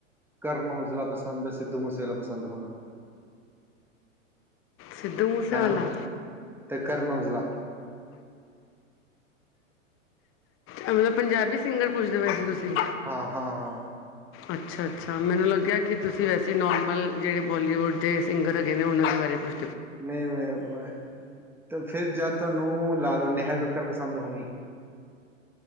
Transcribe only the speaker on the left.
ਸਿੱਧੂ ਮੂਸੇਵਾਲਾ
ਮਤਲਬ ਪੰਜਾਬੀ ਸਿੰਗਰ ਪੁੱਛਦੇ ਪਏ ਸੀ ਤੁਸੀਂ
ਅੱਛਾ-ਅੱਛਾ ਮੈਨੂੰ ਲੱਗਿਆ ਕਿ ਤੁਸੀਂ ਵੈਸੇ ਨੋਰਮਲ ਜਿਹੜੇ ਬਾਲੀਵੁੱਡ ਦੇ ਸਿੰਗਰ ਹੈਗੇ ਨੇ ਉਹਨਾਂ ਦੇ ਬਾਰੇ ਪੁੱਛ